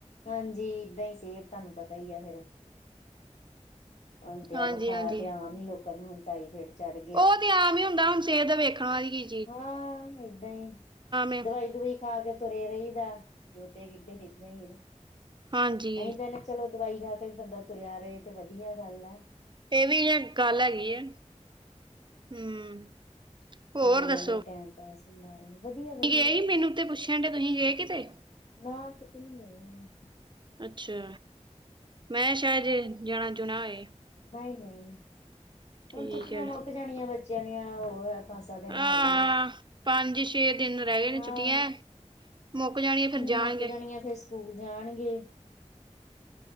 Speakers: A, on the left (about 65°); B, on the right (about 40°).
A: ਹਾਂਜੀ ਏਦਾਂ ਹੀ ਸਿਹਤ ਤੁਹਾਨੂੰ ਪਤਾ ਹੀ ਆ ਫੇਰ ਹੁਣ ਤੇ
B: ਹਾਂਜੀ
A: ਆ ਬੁਖਾਰ
B: ਹਾਂਜੀ।
A: ਤੇ ਆਮ ਹੀ ਲੋਕਾਂ ਨੂੰ ਹੁਣ ਟਾਈ ਫਾਇਡ ਚੜ੍ਹ ਗਿ
B: ਉਹ ਤੇ ਆਮ ਈ ਹੁੰਦਾ ਹੁਣ ਸਿਹਤ ਵੇਖਣ ਵਾਲੀ ਗ
A: ਹਾਂ ਏਦਾਂ ਈ
B: ਏ
A: ਦਵਾਈ-ਦੁਵਈ ਖਾ ਕੇ ਤੁਰੇ ਰਹੀਏ ਬਾਹਰ, ਗੋਡੇ-ਗਿੱਡੇ ਹੀਲੇ ਗੇ ਨਾ।
B: ਹਾਂਜੀ
A: ਅਸੀ ਕਹਿਨੇ ਆ ਚਲੋ ਦਵਾਈ ਖਾ ਕੇ ਵੀ ਬੰਦਾ ਤੁਰਿਆ ਰਹੇ ਤੇ ਵਧੀਆ ਗੱਲ ਐ।
B: ਤੇ ਇਹ ਵੀ ਯੇ ਗੱਲ ਹੈਗੀ ਏ ਹੂੰ। ਹੋਰ
A: ਦਵਾਈਆਂ
B: ਦੱਸੋ
A: ਨਾਲ ਟਾਇਮ ਪਾਸ ਲੀ ਲੈ ਰਹੀ, ਵਧੀਆ-ਵਧੀਆ।
B: ਗਏ ਸੀ ਮੈਨੂੰ ਤੇ ਪੁੱਛਣ ਡੇ ਤੁਸੀਂ ਗਏ ਕਿਤੇ
A: ਨਾ ਕਿਤੇ ਨੀ ਗਏ।
B: ਅੱਛਾ ਮੈਂ ਸ਼ਾਇਦ ਜਾਣਾ-ਜੁਣਾ ਹੋਏ।
A: ਨਈ-ਨਈ
B: ਠੀਕ
A: ਹੁਣ ਛੁੱਟੀਆਂ
B: ਹੈ
A: ਮੁੱਕ ਜਾਣੀਆਂ ਬੱਚਿਆਂ ਦੀਆਂ ਹੋਰ ਪੰਜ-ਸੱਤ ਦਿਨ
B: ਹਾਂ
A: ਹੈਗੇ ਨੇ,
B: ਪੰਜ ਛੇ ਦਿਨ ਰਹਿ ਗਏ ਨੇ
A: ਹੋਰ
B: ਛੁੱਟੀਆਂ ਮੁੱਕ ਜਾਣੀਆਂ ਫਿਰ ਜਾਣਗੇ
A: ਮੁੱਕ ਜਾਣੀਆ ਫੇਰ ਸਕੂਲ ਜਾਣਗੇ।